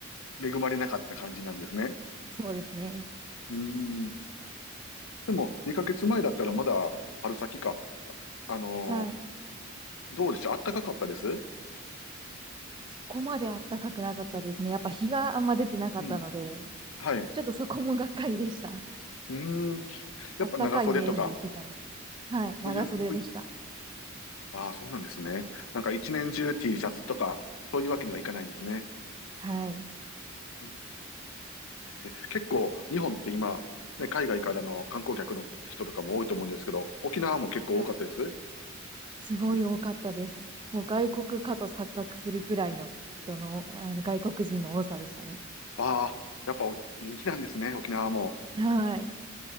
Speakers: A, on the left (about 80°); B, on the right (about 25°).
A: 恵まれなかった感じなんですね。
B: そうですね。
A: うーん。でも、2ヶ月前だったらまだ春先か。あのー
B: はい。
A: どうでしょう暖かかったです
B: そこまで暖かくなかったですね。やっぱ日があんま出てなかったので、
A: うん。はい。う
B: ちょっとそこもがっかりでした。
A: ーん。やっぱ長袖とか、
B: 暖かいイメージで行ってたので。はい。長袖でした。
A: 冬、冬、ああ、そうなんですね。なんか一年中 T シャツとか、そういうわけにはいかないんですね。
B: はい。
A: うんえ結構、日本って今、ね、海外からの観光客の人とかも多いと思うんですけど、沖縄も結構多かったです。
B: はいすごい多かったです。もう外国かと錯覚するくらいの人の、あの外国人の多さでしたね。
A: ああ、やっぱお人気なんですね、沖縄も。
B: はい。